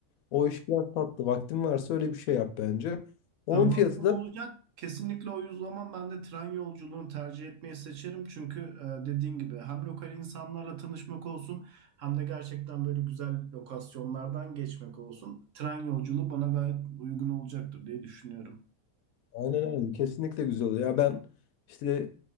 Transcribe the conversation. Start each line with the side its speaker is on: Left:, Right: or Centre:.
Left: O iş biraz tatlı. Vaktin varsa öyle bir şey yap bence. Onun
Right: E, vaktim
Left: fiyatı da
Right: olacak. Kesinlikle o zaman ben de tren yolculuğunu tercih etmeyi seçerim. Çünkü e, dediğin gibi hem lokal insanlarla tanışmak olsun hem de gerçekten böyle güzel lokasyonlardan geçmek olsun. Tren yolculuğu bana gayet uygun olacaktır diye düşünüyorum.
Left: aynen aynen kesinlikle güzel oluyor. Ya ben işte